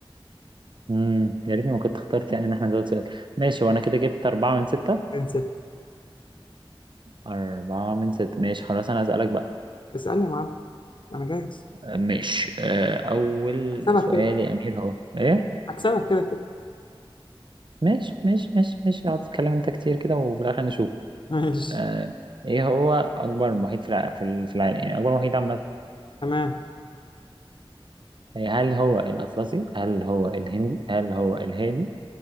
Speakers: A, on the right; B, on the left.
A: امم يا ريتني ما كنت اخترت يعني ان احنا نزود سؤال ماشي وانا كده جبت أربعة من ستة
B: نسيت
A: أربعة من ستة ماشي خلاص أنا هسألك بقى
B: اسألني يا معلم أنا جاهز
A: آه، ماشي آه، أول
B: هكسبك
A: سؤال
B: كده كده
A: يا أمير هو إيه
B: هكسبك كده كده
A: ماشي ماشي ماشي ماشي اقعد تتكلم أنت كتير كده وفي الآخر نشوف
B: ماشي
A: آه، إيه هو أكبر محيط في الع- في ال- في العالم يعني أكبر محيط عامة
B: تمام
A: إيه، هل هو الأطلسي هل هو الهندي هل هو الهادي